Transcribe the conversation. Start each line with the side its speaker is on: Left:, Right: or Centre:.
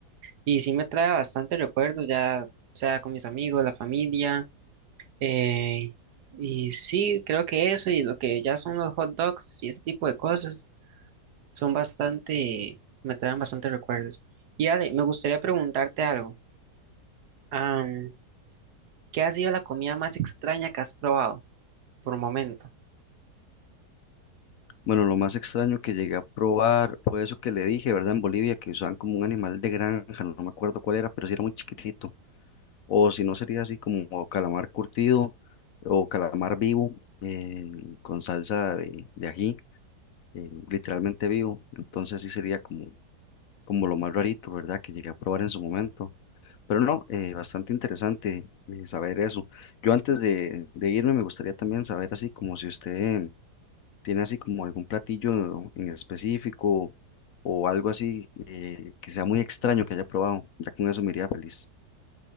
Right: Y sí me trae bastante recuerdos ya, sea con mis amigos, la familia. Eh, y sí, creo que eso y lo que ya son los hot dogs y ese tipo de cosas son bastante, me traen bastante recuerdos. Y Ale, me gustaría preguntarte algo. Am, ¿qué ha sido la comida más extraña que has probado por momento?
Left: Bueno, lo más extraño que llegué a probar fue eso que le dije, ¿verdad? En Bolivia, que usaban como un animal de granja, no me acuerdo cuál era, pero sí era muy chiquitito. O si no, sería así como calamar curtido o calamar vivo eh, con salsa de, de ají, eh, literalmente vivo. Entonces sí sería como, como lo más rarito, ¿verdad? Que llegué a probar en su momento. Pero no, eh, bastante interesante eh, saber eso. Yo antes de, de irme me gustaría también saber así como si usted ¿Tiene así como algún platillo en específico o algo así eh, que sea muy extraño que haya probado? Ya con eso me iría feliz.